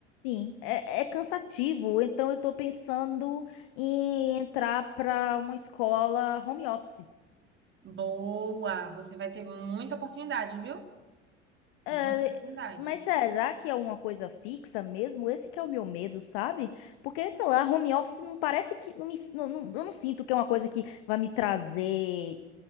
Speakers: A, on the left; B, on the right.
A: Sim, é, é cansativo. Então eu tô pensando em entrar pra uma escola home office.
B: boa! Você vai ter muita oportunidade, viu?
A: É,
B: Muita oportunidade.
A: mas será que é uma coisa fixa mesmo? Esse que é o meu medo, sabe? Porque, sei lá, home office não parece que. Não me, não, não- eu não sinto que é uma coisa que vai me trazer